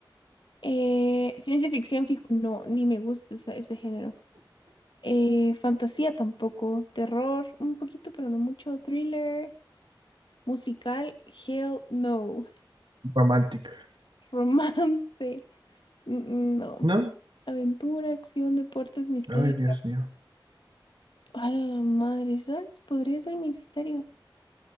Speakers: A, on the left; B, on the right.
A: Eh, ciencia ficción, fijo, no, ni me gusta esa- ese género. Eh, fantasía tampoco, terror un poquito, pero no mucho, thriller, musical, hell no,
B: ¿Romántica?
A: <laughs> romance, mm, mm, no,
B: ¿No?
A: aventura, acción, deportes, misterio.
B: Ay,
A: y
B: Dios mío.
A: A la madre, ¿sabes? Podría ser misterio.